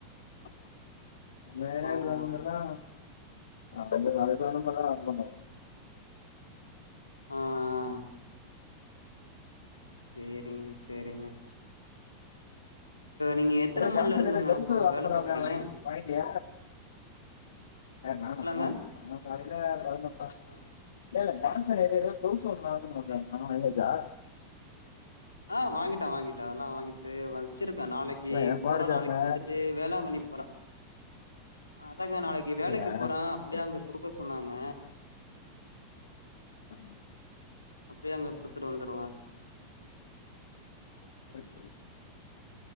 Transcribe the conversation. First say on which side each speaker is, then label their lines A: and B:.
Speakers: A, on the left; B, on the left.
A: <unintelligible>
B: ஆமா, ஆமா.
A: <unintelligible>
B: ஆ ஆ சேரிங்க சேரிங்க நீங்க எத்தன
A: எதோ ஜான்சன்
B: மணில இருந்துங்க
A: எதோ க்லவுஸ்
B: இப்போ
A: வாங்க
B: வேல
A: போரிப்பிள்ளையா
B: பாக்குறீங்க?
A: வாங்கிட்டியா யாரு நானா
B: ஊர்லங்க?
A: நா காலயில <unintelligible>
B: ஆ.
A: இல்ல இல்ல ஜான்சன் ஏத ஏதோ குளோஸ் ஒன்னு வாங்கனுன் சொன்னாப்ளயே வங்கியாச்சா
B: ஆ வாங்கிட்டோ வாங்கிட்டோ அதல்லா வாங்கிட்டு வ வச்சிருக்கே நாளைக்கி
A: இல்ல எனக்கு ஃபோன்
B: போறே
A: அடிச்சாப்ல
B: நாளைக்கு வந்துட்டு வேளாங்கண்ணி போற அதாங்க நாளைக்கி
A: அப்டியா
B: வேலைக்கி போறே
A: சரி
B: அப்டியே
A: சரி
B: அங்க குடுக்க சொன்னாங்க
A: ஆ
B: அப்டியே அங்க குடுத்துட்டு வந்துருவ
A: புரியிது புரியிது